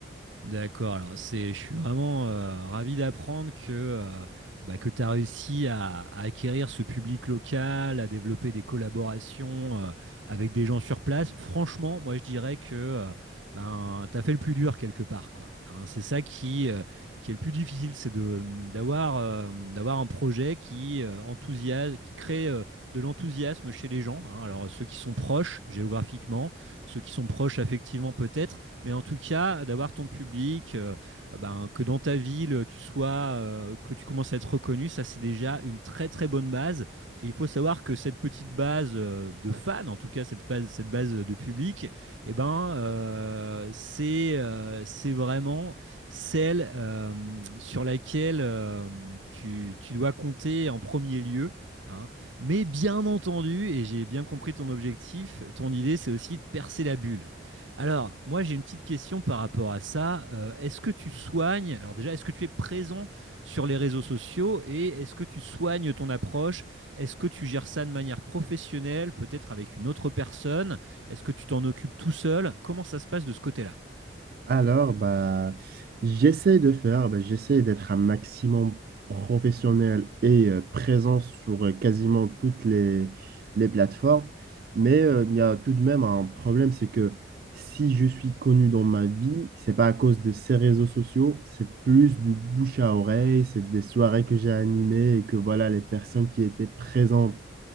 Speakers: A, on the right; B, on the right.
A: D'accord, alors c'est, je suis vraiment euh, ravi d'apprendre que, euh, bah, que tu as réussi à, à acquérir ce public local, à développer des collaborations euh, avec des gens sur place. Franchement, moi je dirais que euh, ben, tu as fait le plus dur quelque part, quoi. Hein, c'est ça qui, euh, qui est le plus difficile, c'est de, d'avoir, euh, d'avoir un projet qui, euh, enthousiasme, qui crée euh, de l'enthousiasme chez les gens. hein. Alors ceux qui sont proches géographiquement, ceux qui sont proches affectivement peut-être mais en tout cas, d'avoir ton public, euh, ben, que dans ta ville, tu sois, euh, que tu commences à être reconnu, ça c'est déjà une très très bonne base. Et il faut savoir que cette petite base euh, de fans, en tout cas cette base, cette base de public, eh ben, euh, c'est euh, c'est vraiment celle euh, sur laquelle euh, tu, tu dois compter en premier lieu. hein. Mais bien entendu, et j'ai bien compris ton objectif, ton idée, c'est aussi de percer la bulle. Alors, moi, j'ai une petite question par rapport à ça. Euh, est-ce que tu soignes, alors déjà, est-ce que tu es présent sur les réseaux sociaux et est-ce que tu soignes ton approche? Est-ce que tu gères ça de manière professionnelle, peut-être avec une autre personne? Est-ce que tu t'en occupes tout seul? Comment ça se passe de ce côté-là?
B: Alors, bah, j'essaie de faire, bah, j'essaie d'être un maximum professionnel et euh, présent sur euh, quasiment toutes les, les plateformes. Mais euh, il y a tout de même un problème, c'est que si je suis connu dans ma ville, c'est pas à cause de ces réseaux sociaux, c'est plus du bouche à oreille, c'est des soirées que j'ai animées et que voilà, les personnes qui étaient présentes